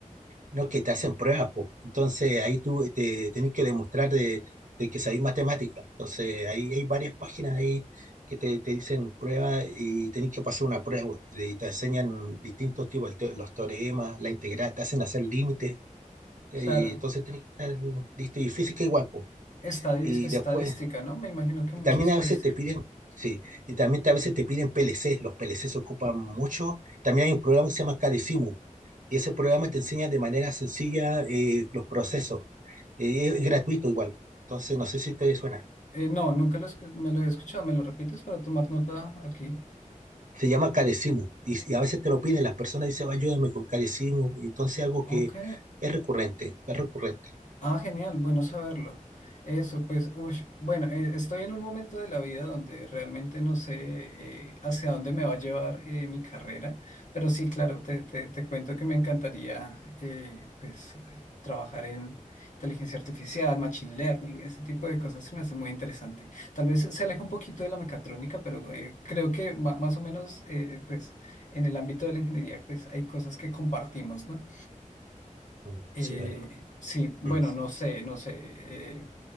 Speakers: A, on the right; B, on the left.
A: No, que te hacen pruebas, pues. Entonces ahí tú eh, te tenés que demostrar de, de que sabés matemática. Entonces ahí hay varias páginas ahí que te, te dicen pruebas y tenés que pasar una prueba. Y te enseñan distintos tipos, el te- los teoremas, la integral, te hacen hacer límites. te-
B: Claro,
A: entonces tenés que estar listo y física igual, pues.
B: estadis-
A: Y
B: estadística,
A: después,
B: ¿no? Me imagino que
A: y
B: mucha
A: también
B: estadística.
A: a veces te piden, sí, y también te- a veces te piden PLC, los PLC se ocupan mucho. También hay un programa que se llama Cadecimu, y ese programa te enseña de manera sencilla eh, los procesos. Eh, es gratuito igual, entonces no sé si te suena.
B: Eh, no, nunca lo escu- me lo he escuchado, ¿me lo repites para tomar nota aquí?
A: Se llama Cadecimu, y, y a veces te lo piden, las personas dicen, ayúdame con Cadecimu, entonces algo
B: Ok.
A: que es recurrente, es recurrente.
B: Ah, genial, bueno saberlo. Eso, pues, uy, bueno, eh, estoy en un momento de la vida donde realmente no sé eh, hacia dónde me va a llevar eh, mi carrera, pero sí, claro, te, te- te cuento que me encantaría, eh, pues, trabajar en inteligencia artificial, machine learning, ese tipo de cosas se me hace muy interesante. Tal vez se se aleja un poquito de la mecatrónica, pero eh, creo que ma- más o menos, eh, pues, en el ámbito de la ingeniería, pues, hay cosas que compartimos, ¿no?
A: Mm,
B: Eh,
A: Sí, verdad.
B: sí, bueno,
A: Mm.
B: no sé, no sé, eh,